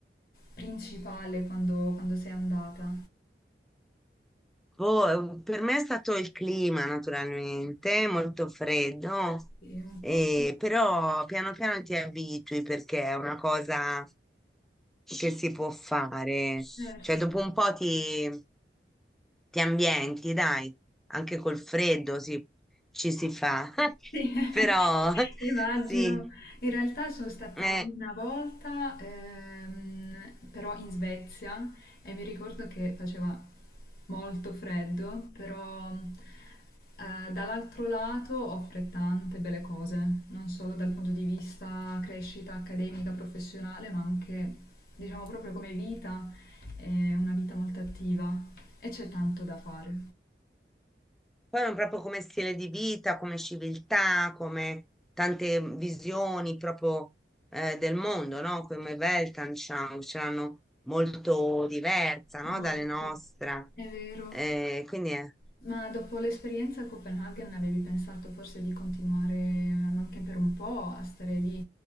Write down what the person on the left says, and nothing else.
principale quando, quando sei andata?
Sì, un
po'.
Certo,
sì, <laughs>
immagino.
In realtà sono stata
una volta, ehm, però in Svezia e mi ricordo che faceva molto freddo, però eh, dall'altro lato offre tante belle cose, non solo dal punto di vista crescita accademica, professionale, ma anche, diciamo, proprio come vita, è una vita molto attiva e c'è tanto da fare.
Molto.
È vero.
Ma dopo l'esperienza a Copenaghen avevi pensato forse di continuare anche per un po' a stare lì,